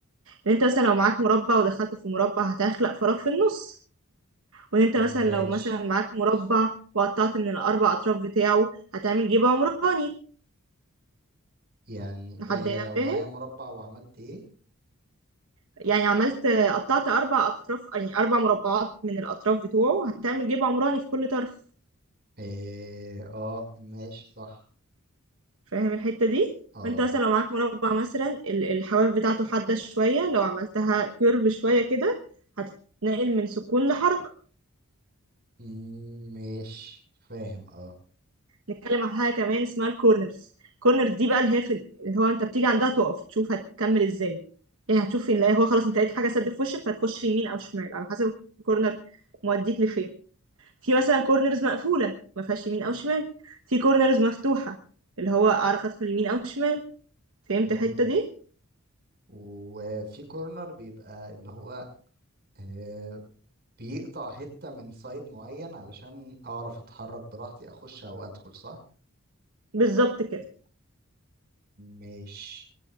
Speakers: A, on the right; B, on the right.
A: إن أنت مثلا لو معاك مربع ودخلت في مربع هتخلق فراغ في النص وإن أنت مثلا
B: ماشي
A: لو مثلا معاك مربع وقطعت من الأربع أطراف بتاعه هتعمل جيب عمراني
B: يعني
A: لحد
B: إيه
A: هنا
B: لو
A: فاهم
B: معايا مربع وعملت ايه
A: يعني عملت قطعت أربع أطراف يعني أربع مربعات من الأطراف بتوعه هتعمل جيب عمراني في كل طرف
B: إيه اه ماشي صح
A: فاهم الحتة دي
B: اه
A: فانت مثلا لو معاك مربع مثلا ال- الحواف بتاعته حادة شوية لو عملتها كيرف شوية كده هتتنقل من سكون لحركة
B: مم، ماشي فاهم اه
A: نتكلم عن حاجة كمان اسمها الكورنرز الكورنرز دي بقى اللي هي في اللي هو انت بتيجي عندها تقف تشوف هتكمل ازاي يعني هتشوف فين لا هو خلاص انت لقيت حاجة سد في وشك فهتخش يمين او شمال على حسب الكورنر موديك لفين في مثلا كورنرز مقفولة ما فيهاش يمين او شمال في كورنرز مفتوحة اللي هو اعرف ادخل يمين او شمال فهمت
B: مم.
A: الحتة دي
B: وفي كورنر بيبقى اللي هو آه، بيقطع حتة من سايد معين علشان أعرف أتحرك براحتي أخش أو أدخل صح؟
A: بالظبط كده
B: ماشي